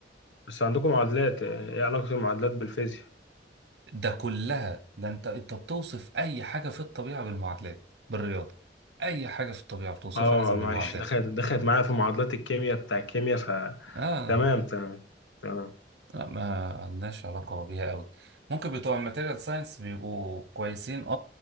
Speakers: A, on the left (about 90°); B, on the right (about 65°).
A: بس عندكم معادلات ايه علاقة المعادلات بالفيزياء
B: ده كلها ده انت انت بتوصف اي حاجه في الطبيعه بالمعادلات بالرياضه اي حاجه في الطبيعه بتوصفها
A: اه
B: لازم
A: معلش
B: بالمعادلات
A: دخلت دخلت معايا في معادلات الكيمياء بتاع الكيمياء ف
B: اه
A: تمام تمام تمام
B: لا ما لناش علاقة بيها قوي ممكن بتوع الماتيريال ساينس بيبقوا كويسين أ- أ-